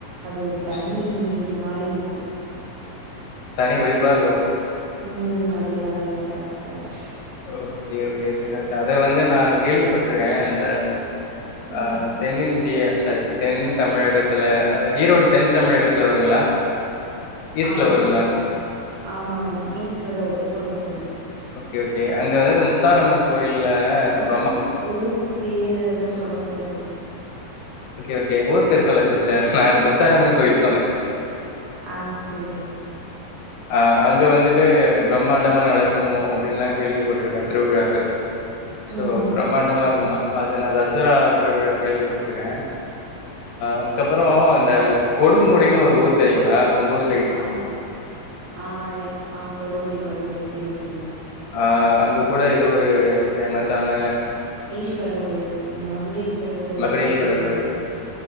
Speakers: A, on the right; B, on the left.
A: அது ஒரு தனி
B: சூப்பர்
A: இது மாரி இருக்கும்
B: ஒரே வைபா இருக்கும்
A: உம் அதேதான் அதே தான் correct correct
B: okay okay sister ச அத வந்து நான் கேள்விப்பட்ருக்கேன் அ
A: ம்.
B: அ தென்னிந்தியா செரி தென் தமிழகத்துல ஈரோடு தென் தமிழகத்துல வருங்களா ஈஸ்ட்ல
A: ஆமா
B: வருங்களா
A: ஆமா ஆமா ஆமா ஈஸ்டர் தான் வரும் சொல்லுங்க சொல்லுங்க
B: ஓகே ஒகே அங்க வந்து முத்தாரம்மன் கோயில்ல வ
A: ஊர் பேர் எல்லாம் சொல்ல கூடாது
B: ஓகே ஓகே ஊர் பேர் சொல்ல சிஸ்டர் நான் முத்தாரமன் கோவில்லா சொன்னேன்
A: ஆஹ் சரி சரி
B: அ அங்க வந்துட்டு பிரம்மாண்டமா நடக்கும் இருக்கு அப்டின்ல்லாம் கேள்விப்பட்டிருக்கேன் திருவிழாக்கு சோ
A: ம்
B: பிரமாண்டமா இருக்குமா அது நான் தசரா திருவிழா கேள்விப்பட்டிருக்கேன் அதுக்கப்புறம் அந்த கொடுமுடினு ஒரு ஊர் தெரியங்கள உங்கஊர்
A: ஆஹ் ஆஹா இ ஆஹ் கொடுமுடி கொடுமுடி தெரியு தெரியு
B: அ அங்க கூட ஏதோ ஒரு ஒரு பேமஸ் ஆான
A: ஈஸ்வரன் கோயில் மகுடீஸ்வரன் கோயில்னு
B: மகுடேஸ்வரர்
A: சொல்லுவாங்க
B: கோயில்.